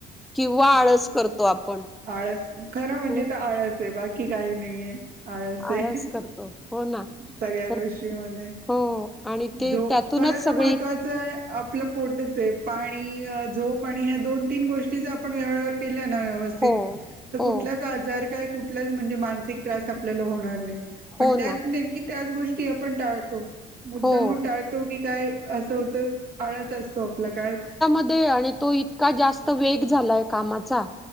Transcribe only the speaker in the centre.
किंवा आळस करतो आपण
मग
आळस करतो हो ना
तर
हो आणि ते
त्यातूनच
सगळी
हो
हो
हो
ना
हो
नाय आणि तो इत का जास्त वेग झालाय कामाचा